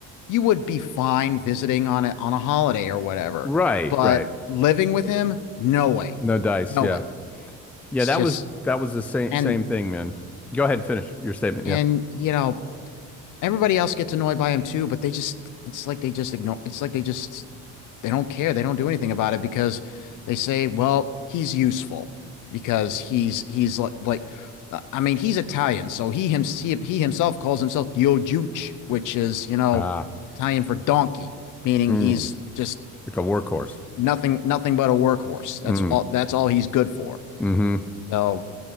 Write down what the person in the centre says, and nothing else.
Right,
right.
No dice,
yeah.
Yeah,
that
was that was the same
same thing, man. Go ahead and finish your statement.
Yep.
Ah,
mm,
like a workhorse.
Mm,
mm-hmm.